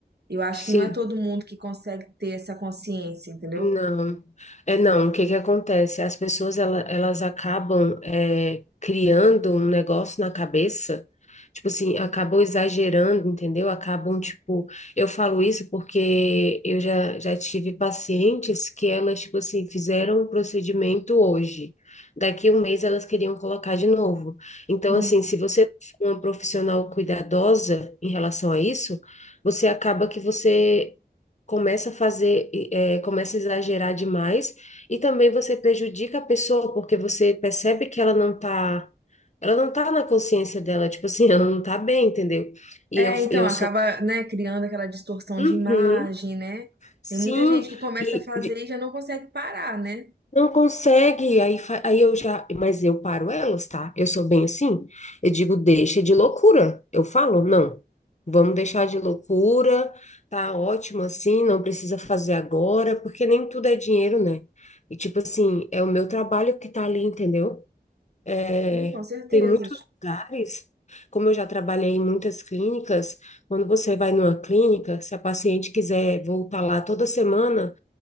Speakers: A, on the right (about 75°); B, on the left (about 45°).
A: Eu acho
B: sim.
A: que não é todo mundo que consegue ter essa consciência, entendeu?
B: Não, é não. O que que acontece? As pessoas ela- elas acabam é, criando um negócio na cabeça, tipo assim, acabam exagerando, entendeu? Acabam tipo, eu falo isso porque eu já já tive pacientes que elas tipo assim fizeram um procedimento hoje, daqui um mês elas queriam colocar de novo. Então
A: Hum.
B: assim, se você for uma profissional cuidadosa em relação a isso, você acaba que você começa a fazer, eh, começa a exagerar demais, e também você prejudica a pessoa, porque você percebe que ela não tá, ela não tá na consciência dela, tipo assim, <laughs> ela não tá bem, entendeu? E
A: É,
B: eu,
A: então
B: eu
A: acaba,
B: sou.
A: né, criando aquela distorção
B: Uhum,
A: de imagem, né?
B: sim,
A: Tem muita gente que começa
B: e
A: a fazer e já não consegue parar, né?
B: Não consegue, aí, fa- aí eu já, mas eu paro elas, tá? Eu sou bem assim. Eu digo, deixa de loucura. Eu falo, não, vamos deixar de loucura, tá ótimo assim, não precisa fazer agora, porque nem tudo é dinheiro, né? E tipo assim, é o meu trabalho que tá ali, entendeu? É,
A: Sim, com certeza.
B: tem muitos lugares, como eu já trabalhei em muitas clínicas, quando você vai numa clínica, se a paciente quiser voltar lá toda semana